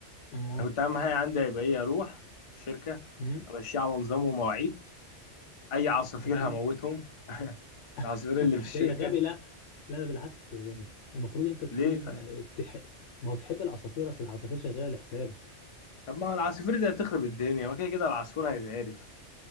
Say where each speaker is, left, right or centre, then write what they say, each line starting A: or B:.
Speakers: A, on the left; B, on the left.
A: اما
B: انا كنت اهم حاجه عندي هيبقى ايه اروح الشركه
A: أمم،
B: امشيها على نظام ومواعيد اي عصافير
A: اكيد
B: هموتهم <laughs> العصافير
A: <laughs>
B: اللي في الشركه
A: يا غبي لا لا ده بالعكس يا غبي المفروض انت تكون
B: ليه طيب
A: تح... ما هو تحب العصافير اصل العصافير شغاله لحسابك
B: طب ما هو العصافير دي هتخرب الدنيا ما كده كده العصفور هيتعرف